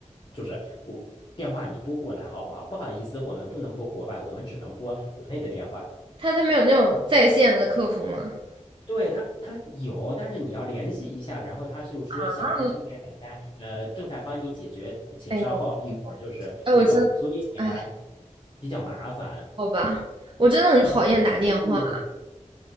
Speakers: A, on the left (about 40°); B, on the right (about 40°).
A: 就是我电话你拨过来好不好？不好意思，我们不能拨国外，我们只能拨国内的电话。
B: 他他没有那种在线的客服吗？
A: 对他，他有，但是你要联系一下，然后他就说小二正在等待，
B: 啊，
A: 呃，正在帮你解决，请稍后，
B: 哎呦，
A: 一会儿就是这个，
B: 哎，我真，
A: 所以你还
B: 哎，
A: 比较麻烦。
B: 好吧，我真的很讨厌打电话，
A: 对，